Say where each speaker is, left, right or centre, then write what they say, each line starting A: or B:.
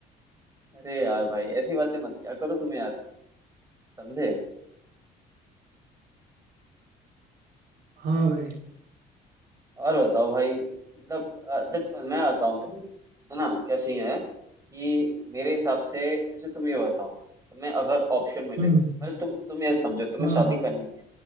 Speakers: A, on the right (about 20°); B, on the right (about 70°).
A: अरे यार भाई ऐसी बातें मत किया करो तुम यार समझे
B: हाँ भाई
A: और बताओ भाई मतलब अ, देख मैं बताऊँ तुम्हें है ना क्या सीन है कि मेरे हिसाब से जैसे तुम ये बताओ तुम्हें अगर ऑप्शन मिले
B: हम्म
A: मतलब तुम तुम ये समझो तुम्हें
B: हाँ
A: शादी करनी है